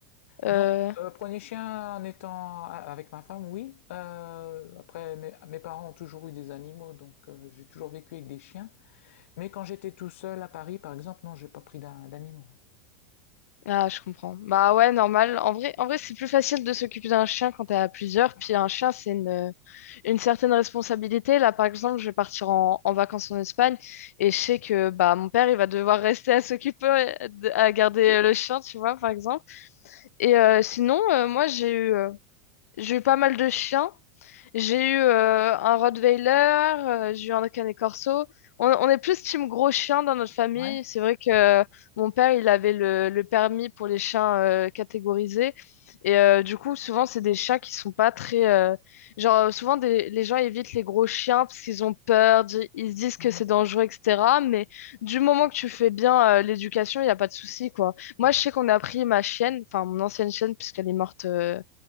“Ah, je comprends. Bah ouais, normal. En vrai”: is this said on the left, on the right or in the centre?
Left